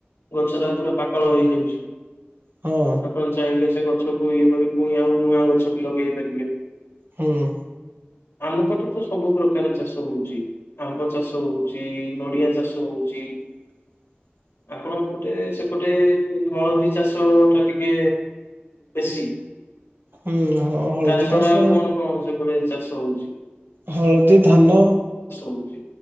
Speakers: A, on the left (about 70°); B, on the right (about 55°).
A: ଗଛଟା ପୁରା ପାକଳ ହେଇଯାଉଛି
B: ହଁ
A: ଆପଣ ଚାହିଁଲେ ସେ ଗଛକୁ ଇଏ କରିକି ପୁଣି ଆଉ ନୂଆ ଗଛ ବି ଲଗେଇ ପାରିବେ
B: ହୁଁ
A: ଆମ ପଟେ ତ ସବୁ ପ୍ରକାର ଚାଷ ହଉଛି ଆମ୍ବ ଚାଷ ହଉଛି ନଡିଆ ଚାଷ ହଉଛି
B: <inaudible>
A: ଆପଣ ଗୋଟେ ସେପଟେ ହଳଦୀ ଚାଷ ଟା ଟିକେ ବେଶୀ
B: ହୁଁ ହଳଦୀ
A: ତା
B: ଟା
A: ଛଡା
B: ସ
A: ଆଉ କଣ କଣ ସେପଟେ ଚାଷ ହୋଉଛି।
B: ହଳଦୀ ଧାନ
A: ହଉଛି?